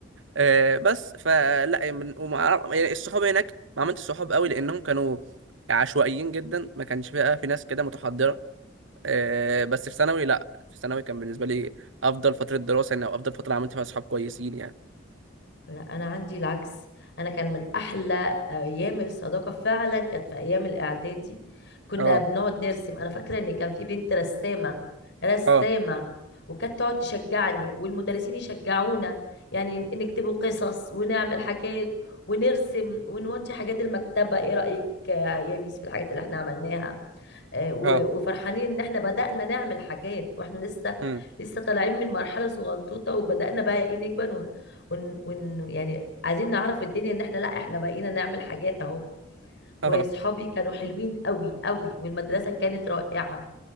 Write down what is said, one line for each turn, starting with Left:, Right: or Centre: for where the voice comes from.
Right: آه، بس فلا يعني من- وما أعرف- يعني الصحاب هناك ما عملتش صحاب قوي لانهم كانوا عشوائيين جدا ما كانش بقى في ناس كده متحضره آه، بس في ثانوي لا في ثانوي كان بالنسبه لي افضل فتره دراسه يعني او افضل فتره عملت فيها صحاب كويسين يعني
Left: لا انا عندي العكس انا كان من احلى ايام الصداقه فعلا كانت في ايام الاعدادي كنا
Right: اه
Left: بنقعد نرسم انا فاكره ان كان في بنت رسامه رسامه
Right: اه
Left: وكانت تقعد تشجعني والمدرسين يشجعونا يعني ن- نكتبوا قصص ونعمل حاجات ونرسم ونودي حاجات المكتبه ايه رايك يا ميس في الحاجات اللي احنا عملناها آه، و-
Right: اه
Left: وفرحانين ان احنا بدأنا نعمل حاجات واحنا لسه
Right: امم
Left: لسه طالعين من مرحلة صغنطوطة وبدأنا بقى ايه نكبر ون, ون, ون يعني عايزين نعرف الدنيا ان احنا لا احنا بقينا نعمل حاجات اهو واصحابي
Right: اه
Left: كانوا حلوين قوي قوي والمدرسة كانت رائعة